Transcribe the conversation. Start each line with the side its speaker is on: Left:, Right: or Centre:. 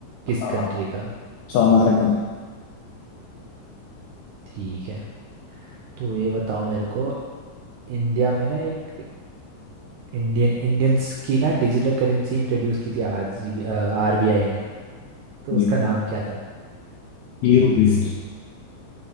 Right: किस
Left: आ,
Right: कंट्री का
Left: सो अमेरिका
Right: ठीक है तो ये बताओ मेरे को इंडिया में ना एक इंडियन इंडियंस की ना डिजिटल करेंसी इंट्रोड्यूस की थी आरजीबी आरबीआई ने तो
Left: जी
Right: उसका नाम क्या था
Left: ये rupee sir